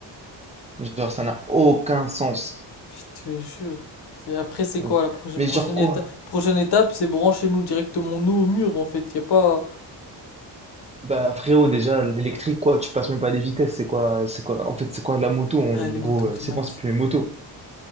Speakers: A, on the right; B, on the left.
A: genre, ça n'a aucun sens.
B: Je te jure. C'est- Après, c'est quoi
A: Euh,
B: la prochaine,
A: Mais
B: prochaine
A: genre quoi?
B: étape? Prochaine étape, c'est brancher nous directement nous au mur en fait. Y a pas.
A: Bah frérot, déjà l'électrique quoi, tu passes même pas les vitesses, c'est quoi, c'est quoi, en fait c'est quoi la moto en
B: Ah,
A: gros,
B: les motos
A: euh,
B: automatiques.
A: c'est quoi, c'est plus une moto.